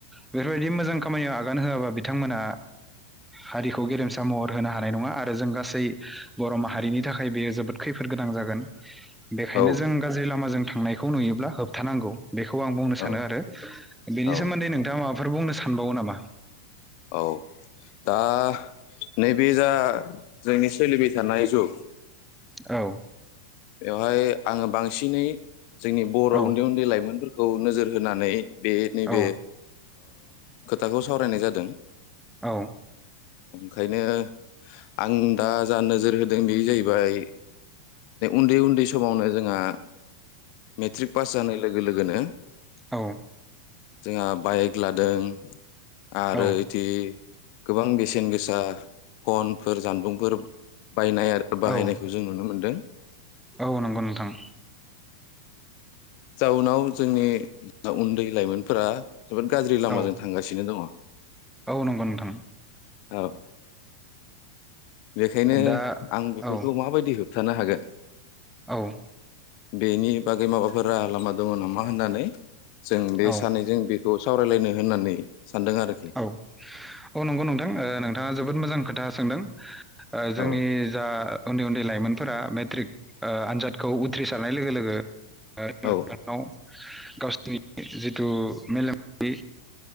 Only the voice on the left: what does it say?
औ
औ
औ
औ दा नैबे जा जोंनि सोलिबाय थानाय जुग
बेवहाय आंङो बांसिनै जोंनि बर'
उन्दै उन्दै लायमोनफोर खौ नोजोर होनानै बे नै
बे खोथाखौ सावरायनाय जादों
ओंखायनो आं दा जा नोजोर होदों बे जाहैबाय उन्दै उन्दै समावनो जोंहा मेट्रिक पास जानाय लोगो लोगोनो
जोंहा बाइक लादों आरो
इदि गोबां बेसेन गोसा फन फोर जानबुंफोर बायनाय आरो बाहायनायखौ
जों नुनो मोन्दों
जाउनाव जोंनि उन्दै लाइमोनफोरा जोबोद गाज्रि लामाजों
थांगासिनो दङ। औ
बेखायनो
आं बेफोरखौ
माबायदि होबथानो हागोन
बेनि बागै माबाफोर राहा लामा दङ नामा होननानै जों बे
सानैजों बेखौ सावरायलायनो होननानै सानदों आरोखि
औ
औ